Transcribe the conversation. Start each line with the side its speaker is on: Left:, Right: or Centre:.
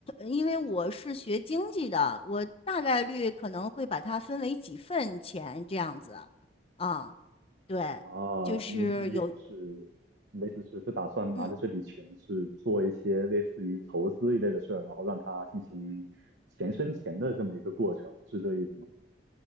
Left: 因为我是学经济的，我大概率可能会把它分为几份钱这样子。啊，对，
Right: 啊，
Left: 就是有，
Right: 你你的意思是，你的意思是是打算拿着这笔钱去做一些类似于投资一类的事儿，
Left: 嗯。
Right: 然后让它进行钱生钱的这么一个过程，是这意思吗？